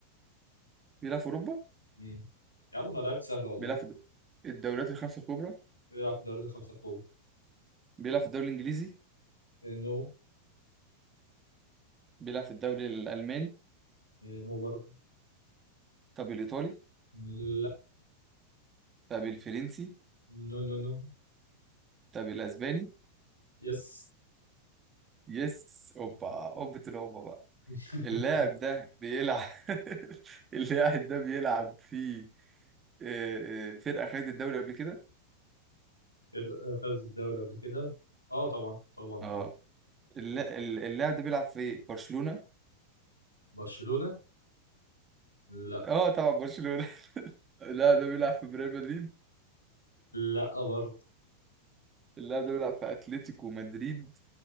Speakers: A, on the right (about 20°); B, on the left (about 85°).
A: بيلعب في اوروبا
B: امم يا عم انا لعبت سهله والله
A: بيلعب في الد- الدوريات الخمسة الكبرى
B: بيلعب في الدوريات الخمسه الكبرى
A: بيلعب في الدوري الانجليزي
B: نو
A: بيلعب في الدوري الالماني
B: نو برضه
A: طب الايطالي
B: لا
A: طب الفرنسي
B: نو نو نو
A: طب الاسباني
B: يس
A: يس اوبا اوبة الاوبا بقى
B: <laughs>
A: اللاعب ده بيلعب <laughs> اللاعب ده بيلعب في آه، آه، فرقة خدت الدوري قبل كده
B: ال- خدت الدوري قبل كده اه طبعا طبعا
A: اه
B: طبعا
A: اللا- ال- اللاعب ده بيلعب في برشلونة
B: برشلونة لا
A: اه طبعا برشلونة <laughs> اللاعب ده بيلعب في ريال مدريد
B: لا برضه
A: اللاعب ده بيلعب في اتلتيكو مدريد